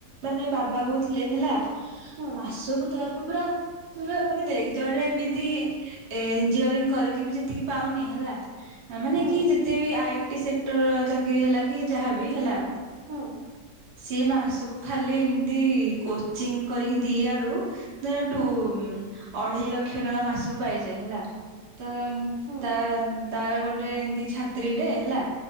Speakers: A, on the right (about 50°); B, on the right (about 75°).
A: ମାନେ ବାବା କହୁଥିଲେ ହେଲା
B: ହୁଁ
A: ମାସକୁ ତାର ପୁରା ପୁରା ମାନେ ଜଣେ ଏମିତି ଇଞ୍ଜିନିୟରିଂ କରିକି ଯେତିକି ପାଉନି ହେଲା ମାନେ
B: ହୁଁ
A: କି ଯେତେ ବି ଆଇଟି ସେକ୍ଟର ଚାକିରି ହେଲା କି ଯାହାବି ହେଲା।
B: ହୁଁ।
A: ସିଏ ମାସ କ ଖାଲି ଏମିତି ଚିଙ୍ଗ କରିକି ଦି ଆଡୁୁ ତାଠୁ
B: ହୁଁ
A: ଅଟା ଅଢେଇ ଲକ୍ଷ ଟଙ୍କା ମାସୁ ପାଇଯାଏ ହେଲା। ତ
B: ହୁଁ
A: ତା ତାର ଗୋଟେ ଏମିତି ଛାତ୍ରୀଟେ ହେଲା।